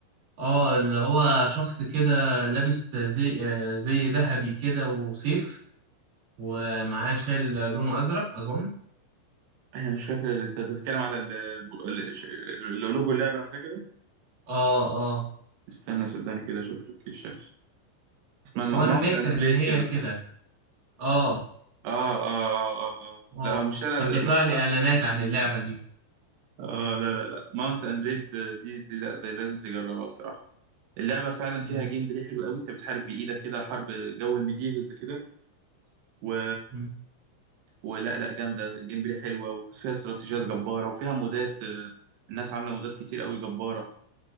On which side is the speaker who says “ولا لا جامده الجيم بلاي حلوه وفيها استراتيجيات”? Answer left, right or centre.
Right